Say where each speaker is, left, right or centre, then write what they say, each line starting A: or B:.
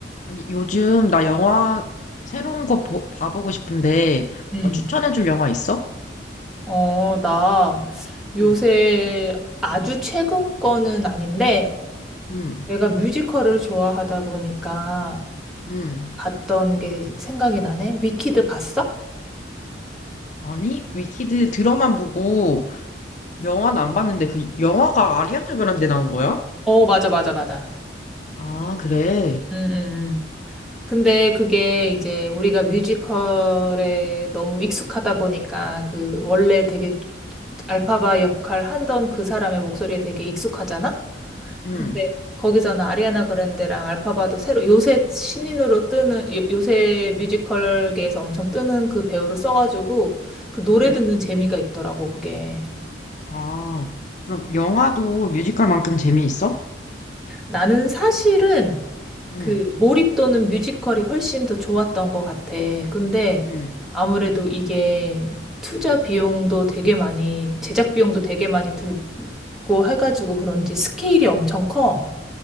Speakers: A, on the left; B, in the centre.
A: 아니, 요즘 나 영화 새로운 거 보- 봐보고 싶은데,
B: 음.
A: 뭔가 추천해줄 영화 있어?
B: 어, 나 요새
A: 응,
B: 아주 최근 거는 아닌데
A: 응,
B: 내가 뮤지컬을 좋아하다 보니까
A: 응.
B: 봤던 게 생각이 나네. 위키드 봤어?
A: 아니, 위키드 드라만 보고 영화는 안 봤는데 그 영화가 아리아나 그란데 나온 거야?
B: 어, 맞아, 맞아, 맞아.
A: 아, 그래.
B: 응 응 응. 근데 그게 이제 우리가 뮤지컬에 너무 익숙하다 보니까 그 원래 되게 알파바 역할 하던 그 사람의 목소리에 되게 익숙하잖아?
A: 응,
B: 근데 거기서는 아리아나 그란데랑 알파바도 새로 요새 신인으로 뜨는 요- 요새 뮤지컬계에서 엄청 뜨는 그 배우를 써가지고 그 노래
A: 응.
B: 듣는 재미가 있더라고 그게.
A: 아, 그럼 영화도 뮤지컬만큼 재미있어?
B: 나는 사실은
A: 응,
B: 그 몰입도는 뮤지컬이 훨씬 더 좋았던 것 같아. 근데
A: 응,
B: 아무래도 이게 투자 비용도 되게 많이 제작 비용도 되게 많이 들고 해가지고 그런지 스케일이 엄청 커.